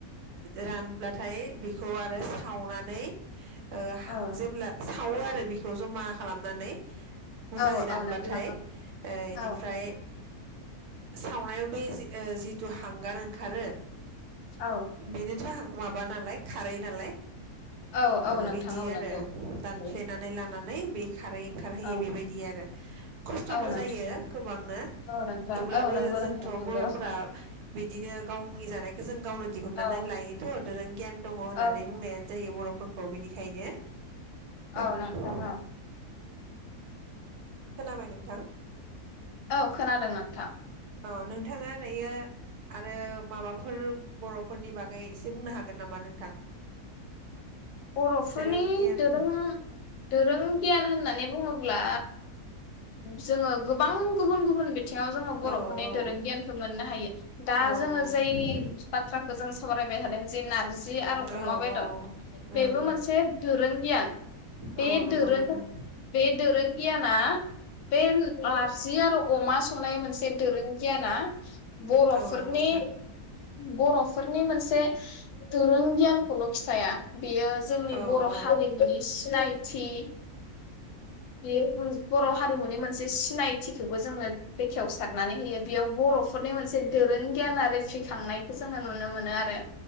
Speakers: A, on the right; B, on the left.
A: रानब्लाथाय बेखौ आरो सावनानै नै ओ
B: औ
A: जेब्ला सावो आरो बेखौ जमा खालामनानै मोजाङै
B: औ
A: रानबाथाय
B: औ नंगौ नंगौ औ
A: इनिफ्राय सावनायाव बे जिथु हांगार ओंखारो
B: औ
A: बेनोथ' माबा नालाय खारै नालाय
B: औ औ
A: ओ
B: नोंथां
A: इदि
B: औ
A: आरो
B: नंगौ
A: दानफ्लेनानै
B: औ
A: लानानै बे खारै ओंखारहोयो
B: औ
A: बेबायदि आरो खस्थ'बो
B: औ नोंथां
A: जायो गोबांनो
B: औ नोंथां
A: थेवब्लाबो
B: औ नंगौ
A: जोंथ'
B: नोंथां नंगौ
A: बर'फोरा
B: औ
A: बिदिनो गावनि जानायखौ जों गावनो दिहुननानै
B: औ
A: लायोथ' दोरों गियान दङ होनना
B: औ
A: नै बुंनाय जायो बर'फोरखौ बेनिखायनो
B: औ
A: ओ
B: नोंथां औ
A: खोनाबाय नोंथां?
B: औ खोनादों नोंथां।
A: औ नोंथाङा दायो आरो माबाफोर बर'फोरनि बागै एसे बुंनो हागोन नामा नोंथां?
B: बर'फोरनि
A: दोरों गियान
B: दोरों दोरों गियान होननानै बुङोब्ला जोङो गोबां गुबुन गुबुन बि थिङाव जोङो बर'फोरनि
A: औ औ
B: दोरों गियानखो मोननो हायो दा
A: औ
B: जोङो जोय
A: औ
B: बाथ्रा जों सावरायबाय थादों जे नारज जि
A: औ
B: आरो अमा बेदद
A: औ
B: बेबो
A: उम
B: मोनसे दोरों गियान बे
A: औ नंगौ
B: दोरों
A: नोंथां
B: बे दोरों गियाना बे अआ हारसि आरौ अमा संनाय मोनसे दोरों गियाना बर'फोरनि
A: औ नंगौ नोंथां
B: बर' फोरनि मोनसे दोरों गियान खौल' खिथाया। बियो जोंनि
A: औ
B: बर'
A: औ
B: हारिमुनि सिनायथि, बियो बुज बर' हारिमुनि मोनसे सिनायथिखोबो जोङो बेखेवसारनानै होयो बेयाव बर'फोरनि मोनसे दोरों गियान आ रिफिखांनायखौ जोङो नुनो मोनो आरो।